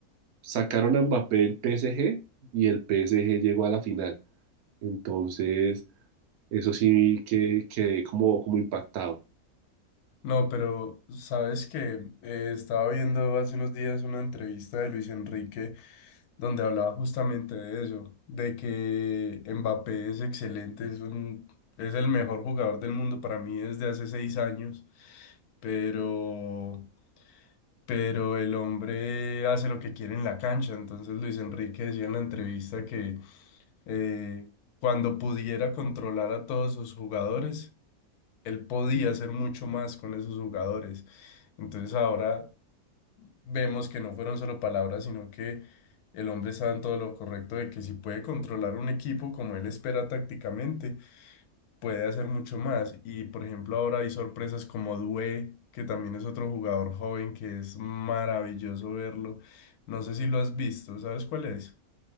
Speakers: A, on the right; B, on the left.
A: sacaron a Mbappé el PSG y el PSG llegó a la final. Entonces, eso sí que quedé como, como impactado.
B: No, pero sabes que estaba viendo hace unos días una entrevista de Luis Enrique donde hablaba justamente de eso, de que Mbappé es excelente, es un, es el mejor jugador del mundo para mí desde hace seis años, pero, pero el hombre hace lo que quiere en la cancha. Entonces Luis Enrique decía en la entrevista que eh, cuando pudiera controlar a todos sus jugadores él podía hacer mucho más con esos jugadores. Entonces ahora vemos que no fueron solo palabras, sino que el hombre estaba en todo lo correcto de que si puede controlar un equipo como él espera tácticamente, puede hacer mucho más. Y por ejemplo ahora hay sorpresas como Due, que también es otro jugador joven que es maravilloso verlo. No sé si lo has visto, ¿sabes cuál es?